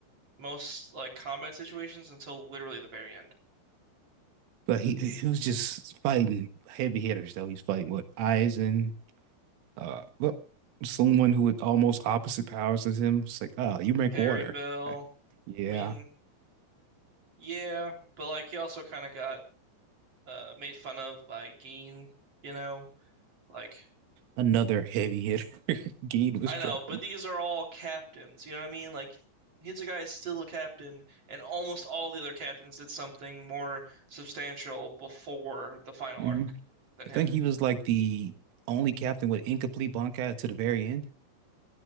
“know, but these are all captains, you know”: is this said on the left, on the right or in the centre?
Right